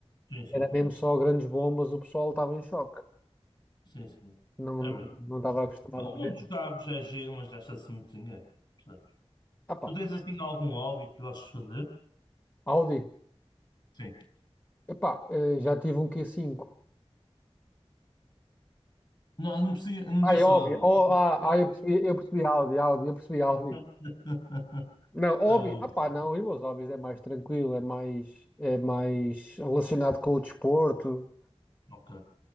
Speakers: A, on the left; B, on the left.
A: Sim, sim,
B: era
A: sim.
B: mesmo só grandes bombas, o pessoal estava em choque,
A: Sim, sim.
B: não,
A: É
B: não,
A: verdade.
B: não estava acostumado
A: Pá, o mundo
B: a ver.
A: dos carros é giro, mas gasta-se muito dinheiro. Percebes?
B: Ah, pá,
A: Tu tens assim algum hobby que gostes de fazer?
B: Audi,
A: Sim.
B: epá, eh, já tive um Q5.
A: Não, não, precisa, não
B: Ah,
A: disse
B: é Óbvio,
A: algo.
B: oh, ah, ah, eu percebi, eu percebi Audi, Audi, eu percebi Audi.
A: <laughs>
B: Não, Óbvio,
A: Tá bom.
B: ah pá, não, e os Óbvios é mais tranquilo, é mais, é mais relacionado com o desporto.
A: Ok.